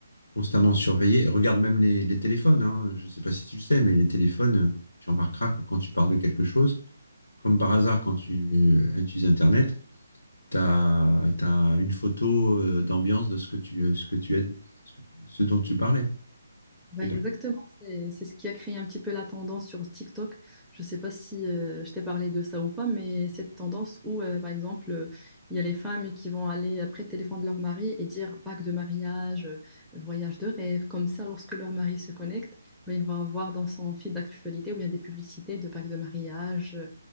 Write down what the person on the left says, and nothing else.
constamment surveillé. Regarde même les, les téléphones. hein. Je sais pas si tu le sais, mais les téléphones, euh, tu remarqueras que quand tu parles de quelque chose, comme par hasard quand tu euh, utilises Internet, t'as t'as une photo euh, d'ambiance de ce que tu, euh, ce que tu es, ce que- ce dont tu parlais.
Et donc,